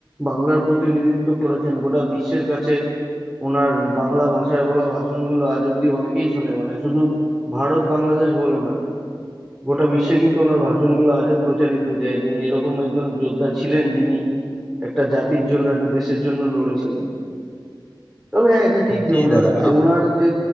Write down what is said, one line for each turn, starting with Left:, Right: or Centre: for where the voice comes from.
Centre: বাংলার প্রতিনিধিত্ব করেছেন গোটা বিশ্বের কাছে ওনার বাংলা ভাষায় বলা ভাষণগুলো আজ অব্দি অনেকেই শোনে মানে শুধু ভারত বাংলাদেশ বলে নয় গোটা বিশ্বে কিন্তু ওনার ভাষণগুলো আজও প্রচারিত যে একজন এরকম একজন যোদ্ধা ছিলেন যিনি একটা জাতির জন্য একটা দেশের জন্য লড়েছিলেন তবে হ্যাঁ এটা ঠিক যে
Left: জি
Centre: ওনার
Left: দাদা
Centre: যে
Left: আম-
Centre: ওনার যে